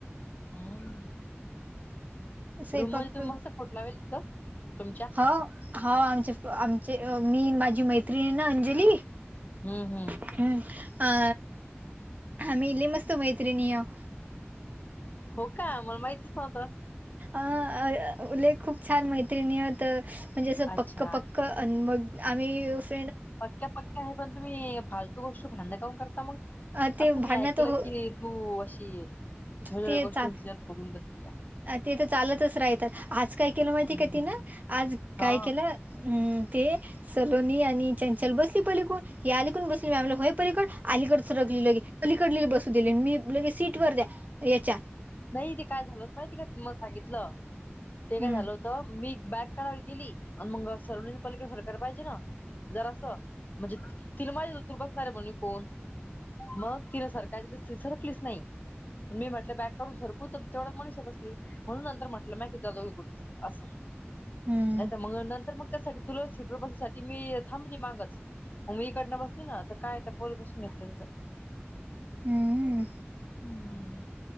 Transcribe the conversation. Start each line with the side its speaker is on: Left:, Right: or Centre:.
Left: हम्म
Right: सपक्
Left: रूम मध्ये तुम्ही मस्त फोटो लावेल तिथं तुमच्या
Right: हा. हो आमचे आमचे मी माझी मैत्रिणीण ना अंजली
Left: हम् हम्म
Right: हम आ हमी इल्ली मस्त मैत्री नि हाव
Left: हो का मला माहितीच नव्हतं.
Right: अ उले खूप छान मैत्रिणीत आहोत म्हणजे असं
Left: अच्छा
Right: पक्क पक्क अन् मग आम्हीस्
Left: पक्क्या पक्क्या आहे पण तुम्ही फालतू गोष्ट भां्यकान करता मग
Right: अ ते
Left: असं
Right: भांडण
Left: मी ऐकलं
Right: तर हो
Left: की हो अशी छो्या छोड्या
Right: ते
Left: गोष्टीन
Right: चाल
Left: तिच्यावर फुगून बसते.
Right: ते तर चालतच राहतात आज काय केलं माहितीय
Left: हम्म,
Right: का तिनं
Left: हम्म.
Right: आज काय
Left: हा
Right: केलं. हम्म ते सलोनी आणि चंचल बसली पली कोण? ही अलीकून बसली ममला होय पलीकड अलीकड सरकली लगे अलीकड लली बसू दिली मी लगे सीट वर द्या. याच्या
Left: नाही ते काय झालत माहिती का ति मग सांगितलं ते
Right: हम्म
Left: काय झाल. तर मी बॅक काढायला गेली आणि मग सर्वनि पलिका सरकार पाहिजे ना जर असं. म्हणजे तिर माझ्याच उतर बसणार आहे म्हणू कोण? मग कि सरकारची तर सरकलीच नाही मी म्हट बॅग काडून सरकू तर तेवढ मनष बसली म्हणून नंतर म्हटलं नाही कि दोघे कुड बस. अस
Right: हम्म
Left: नाही तर मग नंतर मग त्यासाठी तुला सिटू बसण्यासाठी मी थांबली मागच मगी इकडनं बसली ना तर काय तर पोल बसून घेतलं तिथं.
Right: हम्म
Left: हम्म